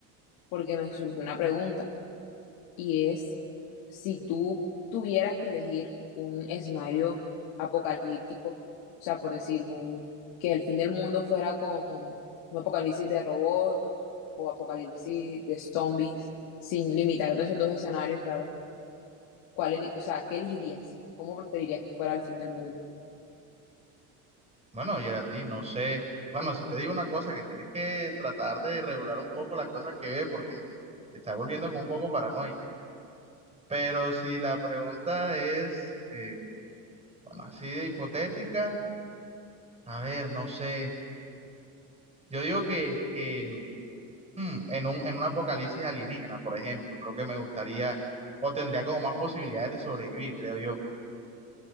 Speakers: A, on the left (about 80°); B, on the right (about 15°).
A: porque me surgió una pregunta y es si tú tuvieras que elegir un escenario apocalíptico, o sea, por decir un, que el fin del mundo fuera con un apocalipsis de robots o apocalipsis de zombies, sin limitarte a esos dos escenarios, claro, ¿cuál, eli- o sea, qué elegirías? ¿Cómo preferirías que fuera el fin del mundo?
B: Bueno, Geraldine, no sé, bueno, si te digo una cosa, que tienes que tratar de regular un poco las cosas que ves porque te estás volviendo como un poco paranoica. Pero si la pregunta es, eh, bueno, así de hipotética, a ver, no sé. Yo digo que, que Hmm, en un, en un apocalipsis alienígena, por ejemplo, creo que me gustaría o tendría como más posibilidades de sobrevivir, creo yo.